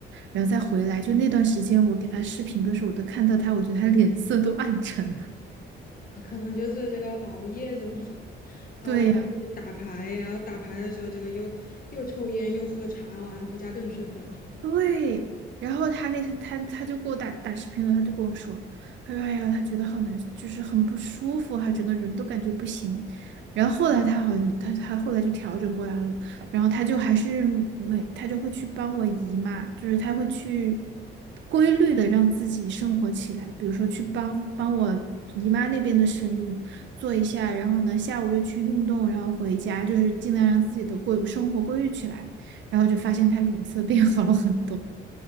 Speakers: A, on the right (about 65°); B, on the left (about 45°).
A: 然后再回来。就那段时间我给他视频的时候，我都看到他，我觉得他脸色都暗沉了。
B: 啊可能就是这个熬夜什么的，熬夜打牌，
A: <laughs> 对呀。
B: 然后打牌的时候这个又又抽烟又喝茶，晚上回家更睡不着。
A: 对，然后他那天他他就给我打打视频了，他就跟我说，他说哎呀，他觉得好难，就是很不舒服啊，他整个人都感觉不行。然后后来他好像他他后来就调整过来了，然后他就还是每他就会去帮我姨妈，就是他会去规律的让自己生活起来，比如说去帮帮我姨妈那边的生意做一下，然后呢下午又去运动，然后回家，就是尽量让自己的规生活规律起来。然后就发现他脸色变好了很多。